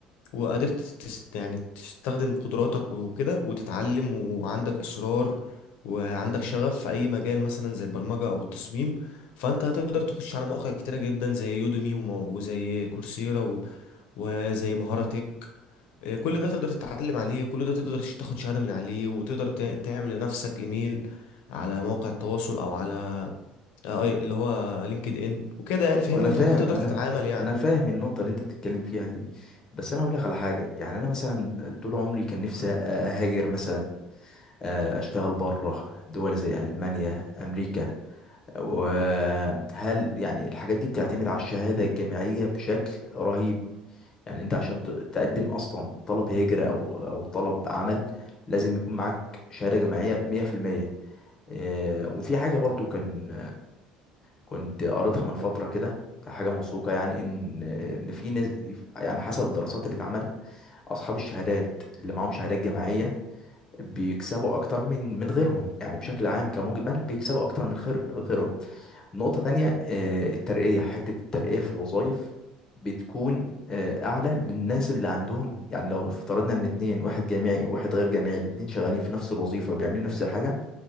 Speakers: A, on the left (about 70°); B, on the left (about 25°).
A: وقدرت تست يعني تستخدم قدراتك وكده وتتعلم وعندك إصرار وعندك شغف في أي مجال مثلا زي البرمجة أو التصميم فأنت هتقدر تخش على مواقع كتيرة جدا زي يوديمي وما- وزي كورسيرا و- وزي مهارة تك إيه، كل ده تقدر تتعلم عليه وكل ده تقدر ش- تاخد شهادة من عليه وتقدر تع- تعمل لنفسك إيميل على مواقع التواصل أو على آه، اللي هو لينكد إن وكده يعني فاهمني
B: وانا
A: وهتقدر
B: فاهم انا
A: تتعامل
B: ف-
A: يعني
B: انا فاهم النقطه اللي انت بتتكلم فيها دي بس انا هقول لك على حاجه يعني انا مثلا طول عمري كان نفسي أ- اهاجر مثلا أ- اشتغل بره دول زي المانيا امريكا وهل يعني الحاجات دي بتعتمد على الشهادة الجامعية بشكل رهيب يعني انت عشان ت- تقدم اصلا طلب هجرة او او طلب عمل لازم يكون معاك شهادة جامعية 100% آه، وفي حاجة برضو كان كنت قريتها من فترة كده حاجة موثوقة يعني ان ان في ناس يعني حسب الدراسات اللي اتعملت اصحاب الشهادات اللي معاهم شهادات جامعية بيكسبوا اكتر من من غيرهم يعني بشكل عام كمجمل بيكسبوا اكتر من خير غيرهم نقطة تانية آه، الترقية حتة الترقية في الوظائف بتكون آه، أعلى للناس اللي عندهم يعني لو افترضنا إن اتنين واحد جامعي وواحد غير جامعي الاتنين شغالين في نفس الوظيفة وبيعملوا نفس الحاجة